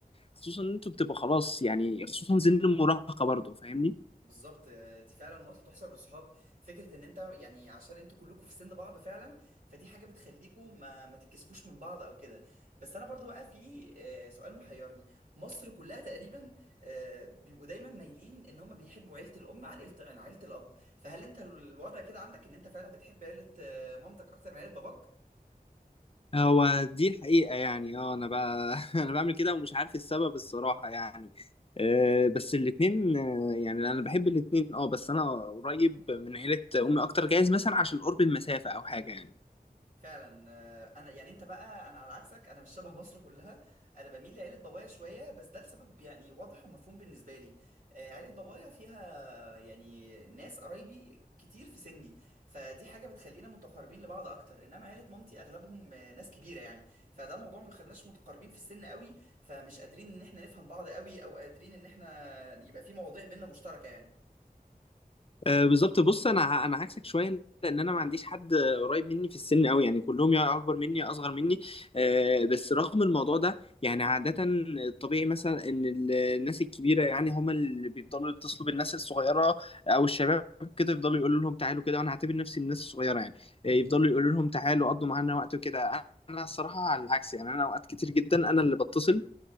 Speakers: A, on the left; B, on the right.
A: خصوصا ان انتوا بتبقى خلاص يعني خصوصا سن المراهقه برضه فاهمني
B: بالظبط آه، دي فعلا نقطه تحسب للصحاب فكره ان انت يعني عشان انتوا كلكم في سن بعض فعلا فدي حاجه بتخليكم ما ما تتكسفوش من بعض او كده بس انا برضو بقى في آه، سؤال محيرني مصر كلها تقريبا آه، بيبقوا دايما مايلين ان هم بيحبوا عيله الام عن عيله عن عيله الاب فهل انت الوضع كده عندك ان انت فعلا بتحب عيله آه، مامتك اكتر من عيله باباك
A: هو دي الحقيقة يعني اه انا بقى <laughs> انا بعمل كده ومش عارف السبب الصراحة يعني آه، بس الاتنين آه، يعني انا بحب الاتنين اه بس انا قريب من عيلة امي اكتر جايز مثلا عشان قرب المسافة او حاجة يعني
B: فعلا آه، انا يعني انت بقى انا على عكسك انا مش شبه مصر كلها انا بميل لعيله بابايا شويه بس ده لسبب يعني واضح ومفهوم بالنسبه لي آه، عيله بابايا فيها يعني ناس قرايبي كتير في سني فدي حاجه بتخلينا متقاربين لبعض اكتر انما عيله مامتي اغلبهم آه، ناس كبيره يعني فده موضوع ما بيخليناش متقاربين في السن قوي فمش قادرين ان احنا نفهم بعض قوي او قادرين ان احنا يبقى في مواضيع بينا مشتركه يعني
A: آه، بالظبط بص انا ع- انا عكسك شويه لان انا ما عنديش حد قريب مني في السن قوي يعني كلهم يا اكبر مني يا اصغر مني آه، بس رغم الموضوع ده يعني عاده الطبيعي مثلا ان ال- الناس الكبيره يعني هم اللي بيفضلوا يتصلوا بالناس الصغيره او الشباب كده يفضلوا يقولوا لهم تعالوا كده وانا هعتبر نفسي من الناس الصغيره يعني آه، يفضلوا يقولوا لهم تعالوا قضوا معانا وقت وكده انا الصراحه على العكس يعني انا اوقات كتير جدا انا اللي بتصل